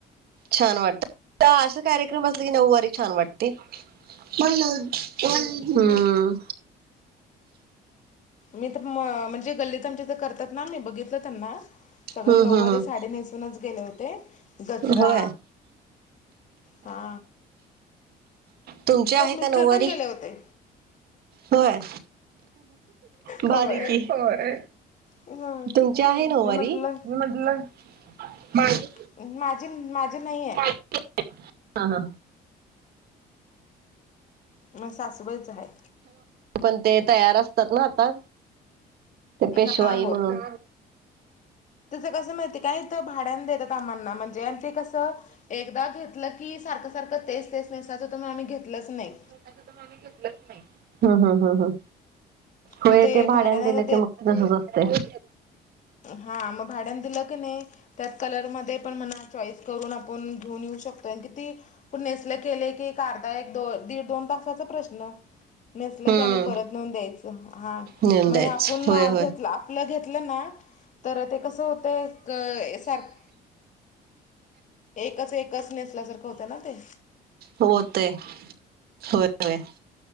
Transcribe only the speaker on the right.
छान वाटत त असा कार्यक्रम असला की नऊवारी छान वाटते हम्म.
हम्म
हम्म हम्म
होय
तुमची आहे
का नऊवारी?
होय बारीच
की होय.
तुमची आहे नऊवारी
म्हटलं माझी
हा हा.
पण ते तयार असतात ना आता. पेशवाई
म्हणून.
हुं हुं हुं हुं होय
ते
भाड्यान दिलं की मग तसच होतय.
हम्म
नेऊन
द्यायच
होय
होय
होतय. होय होय